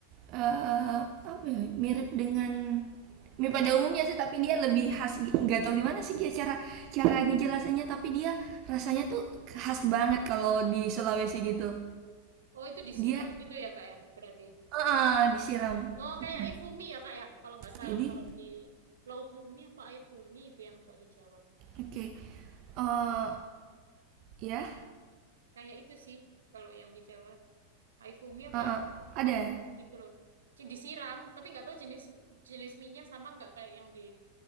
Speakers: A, on the right; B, on the right.
A: eh, apa ya, mirip dengan mie pada umumnya sih, tapi dia lebih khas. Nggak tahu gimana sih dia cara cara ngejelasannya, tapi dia rasanya tuh khas banget kalau di Sulawesi gitu.
B: Oh, itu disiram
A: Dia
B: gitu ya, Kak ya? Berarti.
A: Ah, disiram.
B: Oh,
A: Mhm.
B: kayak ifumi ya, Kak ya? Kalau nggak salah,
A: Jadi,
B: kalau di laufumi apa ifumi itu yang kalau di Jawa.
A: oke. Eh, ya,
B: Kayak itu sih kalau yang di Jawa. Aifumi apa
A: Ah, ah. ada.
B: Lofumi gitu loh. Jadi disiram, tapi nggak tahu jenis jenis mie sama nggak kayak yang di